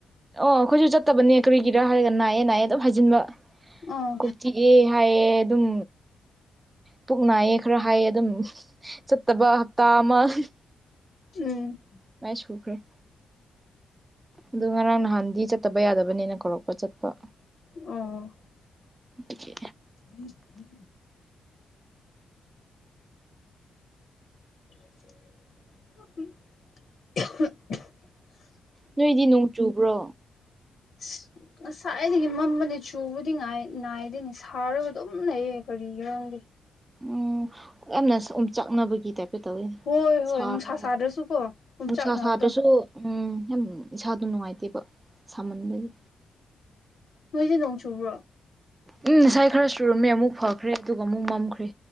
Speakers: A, on the right; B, on the left.
A: ꯑꯣ ꯑꯩꯈꯣꯏꯁꯨ ꯆꯠꯇꯕꯅꯦ ꯀꯔꯤꯒꯤꯔꯥ ꯍꯥꯏꯔꯒ ꯅꯥꯏꯌꯦ ꯅꯥꯏꯌꯦ ꯑꯗꯨꯝ ꯍꯥꯏꯖꯤꯟꯕ
B: ꯑꯣ
A: ꯀꯣꯛꯆꯤꯛꯑꯦ ꯍꯥꯏꯌꯦ ꯑꯗꯨꯝ ꯄꯨꯛ ꯅꯥꯏꯌꯦ ꯈꯔ ꯍꯥꯏꯌꯦ ꯑꯗꯨꯝ ꯆꯠꯇꯕ ꯍꯞꯇꯥ ꯑꯃ <unintelligible>
B: ꯎꯝ
A: ꯃꯥꯏ ꯁꯨꯈ꯭ꯔꯦ ꯑꯗꯨ ꯉꯔꯥꯡ ꯅꯍꯥꯟꯗꯤ ꯆꯠꯇꯕ ꯌꯥꯗꯕꯅꯤꯅ ꯀꯧꯔꯛꯄ ꯆꯠꯄ
B: ꯑ
A: ꯑꯗꯨꯒꯤ
B: ꯎꯝ <inaudible>
A: ꯅꯣꯏꯗꯤ ꯅꯣꯡ ꯆꯨꯕ꯭ꯔꯣ
B: <inaudible> ꯉꯁꯥꯏꯗꯒꯤ ꯃꯝꯕꯅꯦ ꯆꯨꯕꯗꯤ ꯉ ꯅꯥꯏꯗꯅꯦ ꯁꯥꯔꯒ ꯑꯗꯨꯝ ꯂꯩꯌꯦ ꯀꯔꯤꯒꯤꯔꯣꯝꯗꯤ
A: ꯎꯝ ꯌꯥꯝꯅꯁꯨ ꯑꯣꯝ ꯆꯥꯛꯅꯕꯒꯤ ꯇꯥꯏꯞꯇ ꯇꯧꯋꯤ
B: ꯍꯣꯏ ꯍꯣꯏ
A: ꯁꯔ
B: ꯅꯨꯡꯁꯥ
A: ꯃꯅꯨꯡꯁꯥ
B: ꯁꯥꯗ꯭ꯔꯁꯨꯀꯣ ꯑꯣꯝꯆꯥꯛꯅꯕꯗꯣ
A: ꯁꯥꯇꯁꯨ ꯎꯝ ꯌꯥꯝ ꯏꯁꯥꯗꯣ ꯅꯨꯡꯉꯥꯏꯇꯦꯕ ꯁꯥꯃꯟꯕꯒꯤ
B: ꯅꯣꯏꯗꯤ ꯅꯣꯡ ꯆꯨꯕ꯭ꯔꯣ
A: ꯎꯝ ꯉꯁꯥꯏ ꯈꯔ ꯆꯨꯔꯝꯃꯦ ꯑꯃꯨꯛ ꯐꯈ꯭ꯔꯦ ꯑꯗꯨꯒ ꯑꯃꯨꯛ ꯃꯝꯈ꯭ꯔꯦ